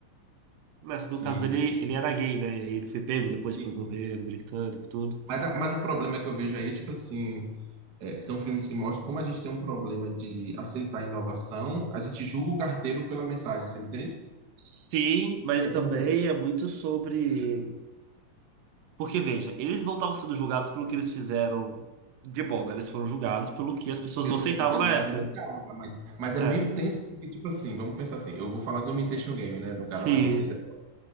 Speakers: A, on the right (about 80°); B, on the right (about 55°).
A: Mas só que
B: Que,
A: no caso dele, ele era gay, né? E aí Ele foi pego depois
B: sim.
A: pelo governo britânico e tudo.
B: Mas, a- mas o problema que eu vejo aí é tipo assim. é, são filmes que mostram como a gente tem um problema de aceitar inovação, a gente julga o carteiro pela mensagem, você me entende?
A: Sim, mas
B: É
A: também
B: como
A: é muito sobre. Porque, veja, eles não estavam sendo julgados pelo que eles fizeram de bom, né? Eles foram julgados pelo que as pessoas
B: pelo
A: não aceitavam
B: que a sociedade
A: na época.
B: julgava, mas, mas é
A: É.
B: meio tenso, porque, tipo assim, vamos pensar assim, eu vou falar do Imitation Game, né, do cara
A: Sim,
B: lá que eu esqueci